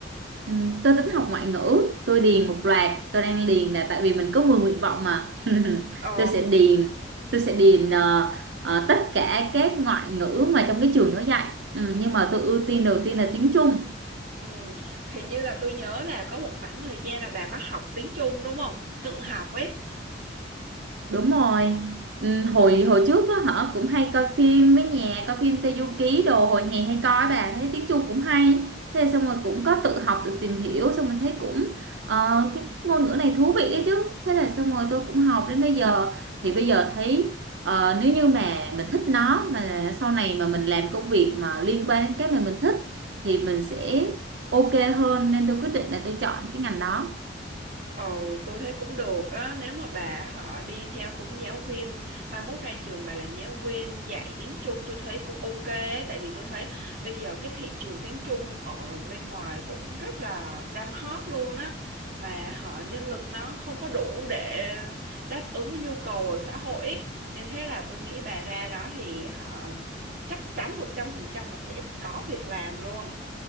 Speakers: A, on the right; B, on the right.
A: Ừ, tôi tính học ngoại ngữ, tôi điền một loạt, tôi đang điền là tại vì mình có 10 nguyện vọng mà. <laughs>
B: Ờ,
A: Tôi sẽ điền, tôi sẽ điền ờ, ờ, tất cả các ngoại ngữ mà trong cái trường nó dạy. Ừ, nhưng mà tôi ưu tiên đầu tiên là tiếng Trung.
B: ừ, hình như là tôi nhớ là có một khoảng thời gian là bà có học tiếng Trung đúng không? Tự học ấy.
A: Đúng rồi. Ừ, hồi hồi trước á hả cũng hay coi phim với nhà coi phim Teyuki đồ hồi hè hay coi bà thấy tiếng Trung cũng hay thế xong rồi cũng có tự học tự tìm hiểu xong rồi thấy cũng ờ, cái ngôn ngữ này thú vị đấy chứ thế là xong rồi tôi cũng học đến bây giờ thì bây giờ thấy ờ, nếu như mà mình thích nó mà sau này mà mình làm công việc mà liên quan đến cái mà mình thích thì mình sẽ ok hơn nên tôi quyết định là tôi chọn cái ngành đó
B: Ồ, tôi thấy cũng được á, nếu mà bà họ đi theo hướng giáo viên, mai mốt ra trường bà làm giáo viên dạy tiếng Trung tôi thấy cũng ok, á, tại vì tôi thấy bây giờ cái thị trường tiếng Trung ở bên ngoài cũng rất là đang hot luôn á, mà họ nhân lực nó không có đủ để đáp ứng với nhu cầu ở xã hội ý. Nên thế là tôi nghĩ bà ra đó thì họ chắc chắn 100% là sẽ có việc làm luôn.